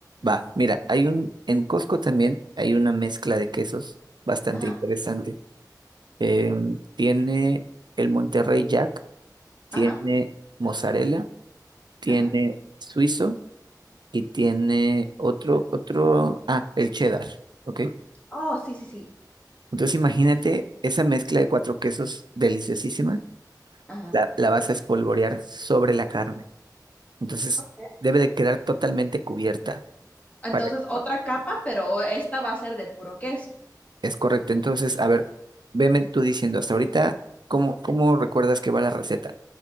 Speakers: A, on the right; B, on the left.
A: Va, mira, hay un, en Costco también hay una mezcla de quesos bastante
B: Ajá,
A: interesante. Em, tiene el Monterrey Jack, tiene
B: ajá,
A: mozzarella, tiene
B: ajá.
A: suizo. y tiene otro, otro, ah, el cheddar, ¿ok?
B: Oh, sí, sí, sí.
A: Entonces imagínate esa mezcla de cuatro quesos deliciosísima,
B: Ajá.
A: la, la vas a espolvorear sobre la carne. Entonces
B: Ok.
A: debe de quedar totalmente cubierta
B: Entonces,
A: para que-
B: otra capa, pero esta va a ser de puro queso.
A: Es correcto. Entonces, a ver, veme tú diciendo hasta ahorita, ¿cómo, cómo recuerdas que va la receta?